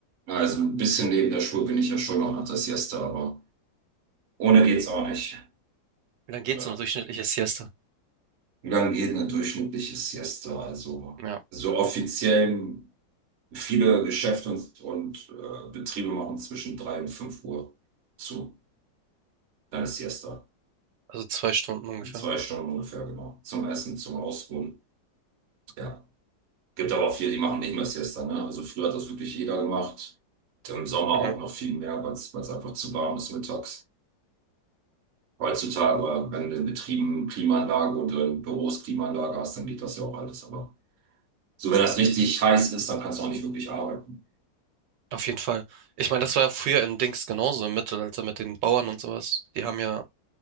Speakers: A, on the right; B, on the right.
A: Also ein bisschen neben der Spur bin ich ja schon auch nach der Siesta, aber ohne geht's auch nicht.
B: Wie lange
A: Äh,
B: geht so eine durchschnittliche Siesta?
A: Wie lange geht eine durchschnittliche Siesta? Also
B: Ja,
A: so offiziell viele Geschäfte und, und äh, Betriebe machen zwischen 3 und 5 Uhr zu. Dann ist Siesta.
B: also zwei Stunden ungefähr.
A: In zwei Stunden ungefähr, genau. Zum Essen, zum Ausruhen. Ja. Gibt aber auch viele, die machen nicht mehr Siesta, ne? Also früher hat das wirklich jeder gemacht. Im Sommer
B: Mhm.
A: auch noch viel mehr, weil es einfach zu warm ist mittags. Heutzutage, wenn du in Betrieben Klimaanlage und in Büros Klimaanlage hast, dann geht das ja auch alles. Aber so, wenn das richtig heiß ist, dann kannst du auch nicht wirklich arbeiten.
B: Auf jeden Fall. Ich meine, das war ja früher im Dings genauso im Mittelalter also mit den Bauern und sowas. Die haben ja,